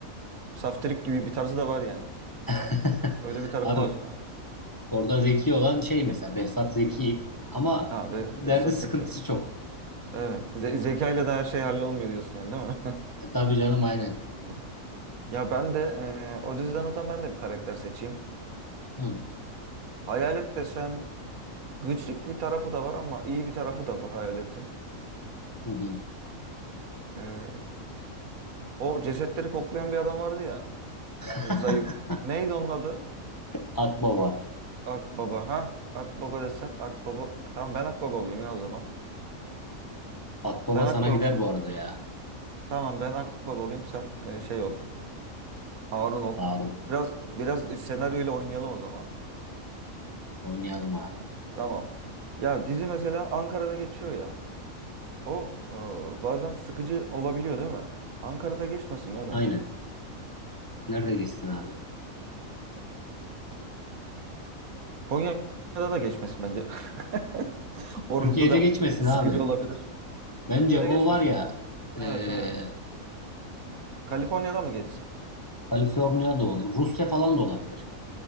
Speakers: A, on the right; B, on the left.
A: saftirik gibi bir tarzı da var yani.
B: <laughs>
A: Öyle bir tarafı
B: Abi
A: var. <laughs>
B: orada zeki olan şey mesela Behzat Zeki ama
A: Ha, Be
B: derdi
A: Behzat
B: sıkıntısı
A: zeki.
B: çok.
A: Evet. Ze zekayla da her şey hallolmuyor diyorsun yani değil mi? <laughs>
B: E, tabii canım aynen.
A: Evet. Ya ben de eee o diziden o zaman ben de bir karakter seçeyim.
B: Hı,
A: Hayalet desem Gıcık bir tarafı da var ama iyi bir tarafı da var hayaletin.
B: hı, hı.
A: Ee, o cesetleri koklayan bir adam vardı ya.
B: <laughs>
A: Böyle zayıf. Neydi onun adı?
B: Akbaba.
A: Akbaba. Ha? Akbaba desen Akbaba. Tamam ben Akbaba olayım ya o zaman.
B: Akbaba
A: Ben Akbaba.
B: sana gider bu arada ya
A: Tamam ben Akbaba olayım sen e, şey ol. Harun ol.
B: Harun.
A: Biraz biraz senaryoyla oynayalım o zaman.
B: Oynayalım abi.
A: Tamam. Ya dizi mesela Ankara'da geçiyor ya. O e, bazen sıkıcı olabiliyor değil mi? Ankara'da geçmesin ya bence.
B: Aynen. Nerede gitsin abi?
A: Konya'da da geçmesin bence. <laughs> Orada
B: Türkiye'de
A: da
B: geçmesin
A: sıkıcı
B: abi.
A: olabilir.
B: Bence
A: Türkiye'de
B: o
A: geçmesin.
B: var ya eee
A: Evet evet. Kaliforniya'da mı geçsin?
B: Kaliforniya da olur. Rusya falan da olabilir.